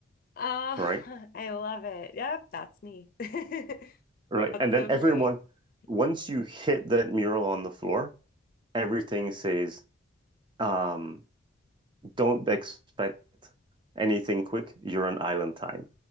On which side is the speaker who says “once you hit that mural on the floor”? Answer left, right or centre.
Right